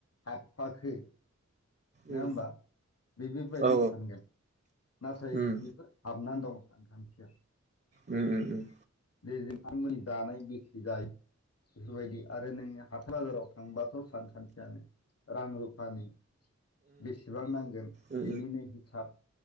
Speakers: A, on the left; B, on the right.
A: हाबफाखो नङा
B: उम
A: होमबा बेफोरबायदि
B: औ
A: सानगोन नाथाय
B: उम
A: बेफोर हाबनानै दं। सानखान्थिया
B: उम उम उम
A: <unintelligible> <unintelligible> गाय बेफोरबायदि आरो नोङो हाथाइ बाजाराव थांबाथ सानखान्थियानो रां रुफानि बेसेबां नांगोन
B: उम
A: बिनिनो हिसाब